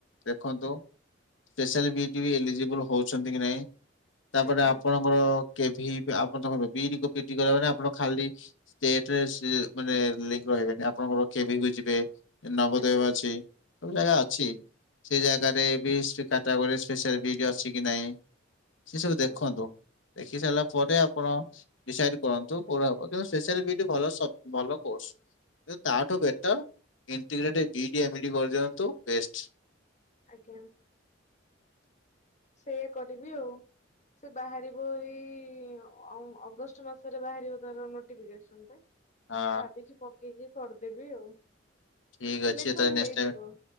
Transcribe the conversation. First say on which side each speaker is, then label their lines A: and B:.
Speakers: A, on the left (about 70°); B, on the left (about 40°).
A: ଦେଖନ୍ତୁ। ସ୍ପାଲ ବି ଏଲିଜିିବଲ ହଉଛନ୍ତି କି ନାଇଁ ତାପରେ
B: ଆଜ୍ଞା
A: ଆପଣ ଆର କେ ଆପଣ ତ କହେ ବିଡି ପିଟି କରିବା ମାନେ ଆପଣ ଖାଲି ଷ୍ଟେଟରେ ସେ ମାନେ ଲିଙ୍କ ରହିବେନି ଆପଣଙ୍କର କେଭିକୁ ଯିବେ ନବଦେବ
B: ଆଜ୍ଞା
A: ଅଛି ସବୁ ଜାଗା ଅଛି।
B: ଆଜ୍ଞା
A: ସେ ଜାଗାରେ ବି କାଟାଗୋରରେ ସ୍ପସିାଆଲ ଭିଡ଼ି ଅଛି କି ନାହିଁ ସେ ସବୁ
B: ଆଜ୍ଞା
A: ଦେଖନ୍ତୁ। ଦେଖି ସାରିଲା ପରେ ଆପଣ ଡିସାଇଡ କରନ୍ତୁ କୋା ହ କିନ୍ତୁ ସ୍ପାଲ ଭଲ ସ ଭଲ କୋର୍ସ କିୁ ତାଠୁ ବେଟରଇଣ୍ଗ୍ ଇଡ଼ିଆ ମିଡି କରିଦିଅନ୍ତୁ ବେଷ୍ଟା।
B: ଆଜ୍ଞା। ସେଇଆ କରିବି ଆଉ। ସେ ବାହାରିବ ଏଇ ଅ ଅଗଷ୍ଟ ମାସରେ ବାହାରିବ ତାର ନୋଟିଫିକସ। ଆସ
A: ହଁ
B: ଭାବିଛି ପକେଇକି କରିଦେବି ଆଉ।
A: ଠିକ
B: ସିଲେକ୍ସନ
A: ଅଛି ତାହେଲେ ନେକ୍ସଟ
B: ହେଇଯିବ